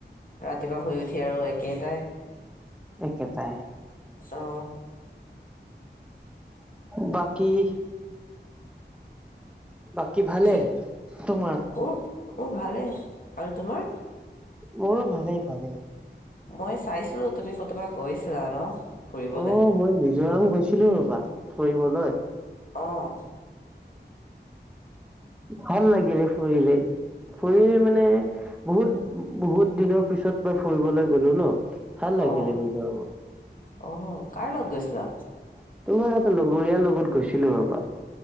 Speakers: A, on the left (about 50°); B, in the centre.
A: ৰাতিপুৱা শুই উঠি আৰু একেটাই।
B: একেটাই।
A: অঁ।
B: বাকী'- বাকী' ভালে
A: কি
B: তোমাৰ?
A: মোৰ ভালে। আৰু তোমাৰ?
B: মোৰো ভালেই ভালেই
A: মই চাইছিলো তুমি কৰ'বাত গৈছিলা ন? ফুৰিবলে
B: অ', -মই মিজোৰাম গৈছিলোঁ ৰ'বা ফুৰিবলৈ।
A: অঁহ।
B: ভাল লাগিলে ফুৰিলে ফুৰি মানে বহুত-বহুত দিনৰ পিছত মই ফুৰিবলৈ গলোঁ ন। ভাল লাগিলে
A: অ
B: মিজোৰামত।
A: অ কাৰ লগত গৈছিলা
B: তোমাৰ এটা লগৰীয়াৰ লগত গৈছিলোঁ ৰ'বা।